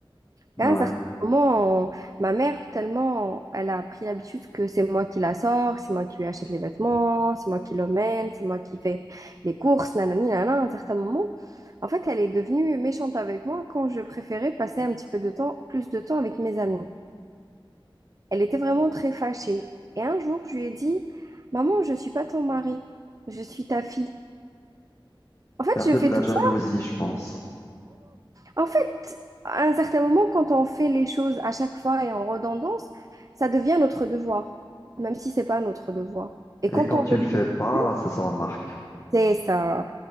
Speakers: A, on the right; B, on the left.
A: à
B: Ouais.
A: un certain moment, on- ma mère, tellement, elle a pris l'habitude que c'est moi qui la sors, c'est moi qui lui achète les vêtements, c'est moi qui l'emmène, c'est moi qui fais les courses, nanani, nanana. À un certain moment, en fait, elle est devenue méchante avec moi quand je préférais passer un petit peu de temps, plus de temps avec mes amis. Elle était vraiment très fâchée. Et un jour, je lui ai dit, Maman, je suis pas ton mari, je suis ta fille. En fait,
B: C'est un
A: je
B: peu
A: fais
B: de la
A: tout
B: jalousie,
A: ça.
B: je pense.
A: En fait, à un certain moment, quand on fait les choses à chaque fois et en redondance, ça devient notre devoir, même si c'est pas notre devoir. Et
B: Et
A: quand
B: quand
A: on
B: tu
A: le
B: le fais
A: fait
B: pas,
A: plus,
B: ça se remarque.
A: c'est ça.